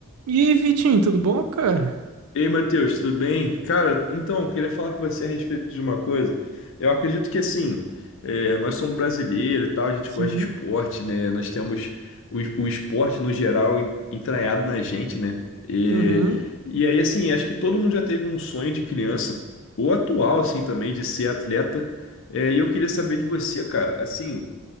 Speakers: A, on the right (about 90°); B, on the left (about 60°).
A: E aí, Vitinho, tudo bom, cara?
B: Ei, Matheus, tudo bem? Cara, então, eu queria falar com você a respeito de uma coisa. Eu acredito que, assim, é, nós somos brasileiros e tal, a gente
A: Sim.
B: gosta de esporte, né? Nós temos o, o esporte, no geral, en- entranhado na gente, né? E,
A: Uhum.
B: e aí, assim, acho que todo mundo já teve um sonho de criança, ou atual, assim, também, de ser atleta. É, e eu queria saber de você, cara, assim,